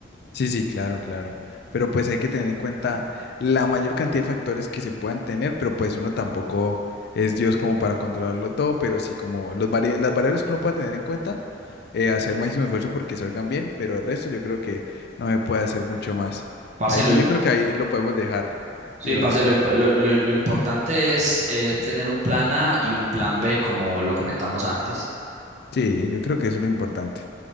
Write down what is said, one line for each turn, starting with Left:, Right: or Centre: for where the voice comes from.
Left: Sí, sí, claro, claro. Pero pues hay que tener en cuenta la mayor cantidad de factores que se puedan tener, pero pues uno tampoco es Dios como para controlarlo todo, pero sí como los vari- las variables que uno pueda tener en cuenta, eh, hacer máximo esfuerzo porque salgan bien, pero el resto yo creo que no se puede hacer mucho más.
Right: Parce,
Left: Ahí
Right: lo,
Left: que
Right: im-
Left: yo creo que ahí lo podemos dejar,
Right: sí,
Left: viejo
Right: parce,
Left: Nico.
Right: lo, imp- lo- lo- lo importante es eh, tener un plan A y un plan B, como lo comentamos antes.
Left: Sí, yo creo que eso es lo importante.